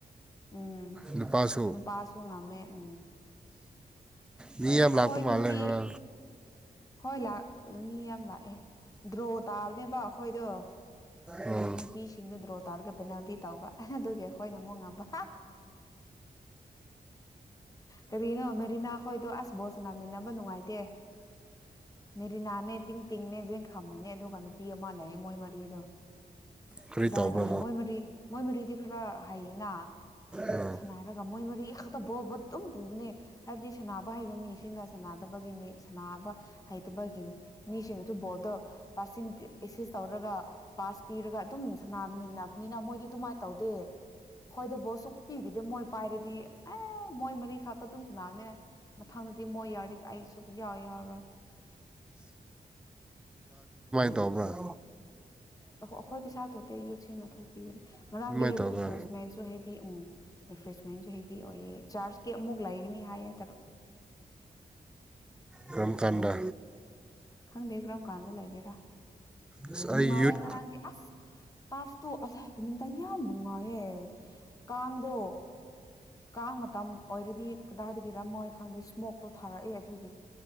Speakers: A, on the left (about 20°); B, in the centre.
A: ꯎꯝ
B: ꯅꯨꯄꯥꯁꯨ
A: ꯅꯨꯄꯥꯁꯨ ꯉꯝꯃꯦ ꯎꯝ
B: ꯃꯤ ꯌꯥꯝ
A: ꯑꯩꯈꯣꯏ
B: ꯂꯥꯛꯄ ꯃꯥꯜꯂꯦ
A: ꯅꯨꯄꯤ
B: ꯈꯔ
A: ꯍꯣꯏ ꯂꯥꯛ ꯃꯤ ꯌꯥꯝ ꯂꯥꯛꯑꯦ ꯗ꯭ꯔꯣ ꯇꯥꯕꯅꯦꯕ ꯑꯩꯈꯣꯏꯗꯣ
B: ꯑꯥ
A: ꯅꯨꯄꯤꯁꯤꯡꯗ ꯗ꯭ꯔꯣ ꯇꯥꯔꯒ ꯄꯦꯅꯥꯜꯇꯤ ꯇꯧꯕ ꯑꯗꯨꯒꯤ ꯑꯩꯈꯣꯏꯅ ꯑꯃꯨꯛ ꯉꯝꯕ ꯀꯔꯤꯅꯣ ꯃꯦꯔꯤꯅꯥꯈꯣꯏꯗꯣ ꯑꯁ ꯕꯣꯠ ꯁꯥꯟꯅꯥꯃꯤꯟꯅꯕ ꯅꯨꯡꯉꯥꯏꯇꯦ ꯃꯦꯔꯤꯅꯥꯅꯦ ꯇꯤꯡ ꯇꯤꯡꯅꯦ ꯌꯦꯖꯦꯡꯈꯥꯝꯃꯅꯦ ꯑꯗꯨꯒ ꯅꯨꯄꯤ ꯑꯃ ꯂꯩꯌꯦꯦ ꯃꯣꯏ ꯃꯔꯤꯗꯣ
B: ꯀꯔꯤ
A: ꯀꯗꯥꯏꯗꯒꯤ
B: ꯇꯧꯕ꯭ꯔꯥ
A: ꯃꯣꯏ ꯃꯔꯤ ꯃꯣꯏ ꯃꯔꯤꯗꯤ ꯈꯔ ꯍꯩꯌꯦꯅ
B: ꯑꯥ
A: ꯁꯅꯔꯒ ꯃꯣꯏ ꯃꯔꯤ ꯈꯛꯇ ꯕꯣꯜꯕꯨ ꯑꯗꯨꯝ ꯄꯨꯕꯅꯦ ꯍꯥꯏꯕꯗꯤ ꯁꯅꯕ ꯍꯩꯕ ꯃꯤꯁꯤꯡꯅ ꯁꯥꯟꯅꯗꯕꯒꯤ ꯃꯤ ꯁꯅꯕ ꯍꯩꯇꯕꯒꯤ ꯃꯤꯁꯤꯡꯗꯨꯁꯨ ꯕꯣꯜꯗꯣ ꯄꯁꯤꯡ ꯑꯦꯁꯤꯁ ꯇꯧꯔꯒ ꯄꯥꯁ ꯄꯤꯔꯒ ꯑꯗꯨꯝ ꯁꯥꯟꯅꯃꯤꯟꯅꯕꯅꯤꯅ ꯃꯣꯏꯗꯤ ꯑꯗꯨꯃꯥꯏꯅ ꯇꯧꯗꯦ ꯍꯣꯏꯗꯕꯨꯣ ꯑ ꯁꯨꯛ ꯄꯤꯕꯤꯗ ꯃꯣꯏ ꯄꯥꯏꯔꯗꯤ ꯑꯦ ꯃꯣꯏ ꯃꯔꯤꯈꯥꯛꯛꯇ ꯑꯗꯨꯝ ꯁꯅꯥꯑꯅꯦꯦ ꯃꯊꯪꯗꯗꯤ ꯃꯣꯏ ꯌꯥꯎꯔꯤ ꯑꯩ ꯁꯨꯛ ꯌꯥꯎ ꯌꯥꯎꯔꯣꯏ
B: ꯗꯕ꯭ꯔꯥ
A: ꯑꯩꯈꯣꯏ ꯄꯩꯁꯥ ꯊꯣꯛꯇꯦ ꯌꯨꯠꯁꯤꯡꯅ ꯊꯣꯛꯇ ꯏꯕꯅꯦ ꯉꯔꯥꯡꯗꯤꯔꯤꯐ꯭ꯔꯦꯁꯃꯦꯟꯁꯨ
B: ꯑꯗꯨꯃꯥꯏꯅ ꯇꯧꯕ꯭ꯔꯥ
A: ꯍꯕꯤ꯭ꯔꯦꯁꯃꯦꯟꯁꯨ ꯍꯦꯕꯤ ꯑꯣꯏꯌꯦ ꯆꯥꯔꯖ ꯀ ꯑꯃꯨꯛ ꯂꯩꯒꯅꯤ ꯍꯥꯏꯌꯦ
B: ꯀꯔꯝ ꯀꯥꯟꯗ
A: ꯈꯪꯗꯦ ꯀꯔꯝ ꯀꯥꯟꯗ ꯂꯩꯒꯦꯔꯥ
B: ꯑꯁ
A: ꯅꯨꯡꯉꯥꯏꯌꯦ
B: ꯑꯩ ꯌꯨꯠ
A: ꯉꯔꯥꯡꯗꯤ ꯑꯁ ꯇꯥꯔꯐꯇꯨ ꯑ ꯍꯥꯏꯕ ꯌꯥꯝ ꯅꯨꯡꯉꯥꯏꯌꯦꯦ ꯀꯥꯡꯗꯣ ꯀꯥꯡ ꯃꯇꯝ ꯑꯣꯏꯔꯗꯤ ꯀꯗꯥꯏꯗꯒꯤꯔꯝꯃꯣꯏ ꯈꯪꯗꯦ ꯏꯁꯃꯣꯛꯇꯣ ꯊꯥꯔꯛꯑꯦ ꯑꯗꯨꯒꯤ